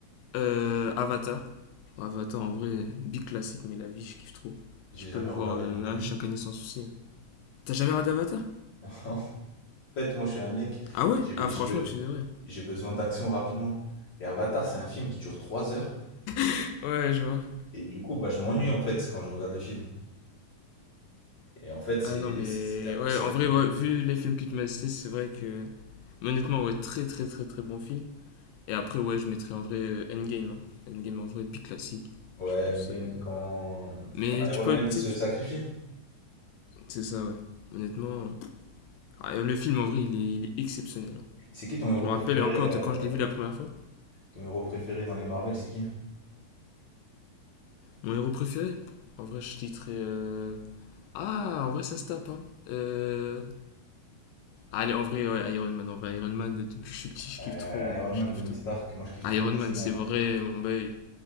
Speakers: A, on the left (about 80°); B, on the left (about 45°).
A: euh, Avatar. Bon, Avatar, en vrai, big classique, mais la vie, je kiffe trop.
B: J'ai
A: Je peux
B: jamais
A: le voir
B: regardé
A: euh,
B: non
A: là,
B: plus.
A: chaque année sans souci. T'as jamais regardé Avatar?
B: <laughs> En fait, moi, je suis un mec,
A: Ah ouais?
B: j'ai,
A: Ah, franchement,
B: j'ai,
A: tu devrais.
B: j'ai besoin d'action rapidement. Et Avatar, c'est un film qui dure trois heures.
A: <laughs> Ouais, je vois.
B: Et du coup, bah, je m'ennuie en fait quand je regarde le film. Et en fait, c'est
A: Ah non, mais
B: c'est- c'est un peu
A: ouais,
B: ça
A: en
B: le problème.
A: vrai, ouais, vu les films que tu m'as cités, c'est vrai que. mais honnêtement, ouais, très très très très bon film. Et après, ouais, je mettrais en vrai euh, Endgame. hein. Endgame en vrai, big classique.
B: Ouais,
A: Je pense.
B: Endgame,
A: euh,
B: quand,
A: Mais
B: quand Iron
A: tu peux.
B: Man
A: tu
B: il
A: sais,
B: se
A: tu-
B: sacrifie.
A: C'est ça, ouais. Honnêtement. ah, le film en vrai, il est, il est exceptionnel. hein.
B: C'est qui ton héros
A: Je me
B: préféré,
A: rappelle encore
B: euh,
A: de quand je l'ai vu la première fois.
B: ton héros préféré dans les Marvel, c'est qui?
A: Mon héros préféré En vrai, je titrais. euh, Ah, en vrai, ça se tape, hein. Euh, Allez, en vrai, ouais, Iron Man. En vrai, Iron Man, depuis que je suis petit, je
B: Euh,
A: kiffe trop. euh,
B: Iron
A: Je
B: Man,
A: kiffe
B: Tony
A: tout.
B: Stark, moi je kiffe
A: Iron
B: trop le personnage.
A: Man, c'est vrai, mon boy.